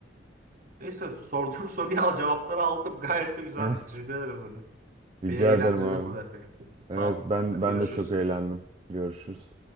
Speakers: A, on the right (about 45°); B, on the right (about 30°).
A: Neyse sorduğum <laughs> soruyu al cevapları aldım. Gayet de güzeldi.
B: <laughs>
A: Teşekkür ederim burada.
B: Rica
A: Beni eğlendirdin
B: ederim abi.
A: burada epey. Sağ
B: Evet
A: ol.
B: ben
A: Hadi
B: ben
A: görüşürüz.
B: de çok eğlendim. Görüşürüz.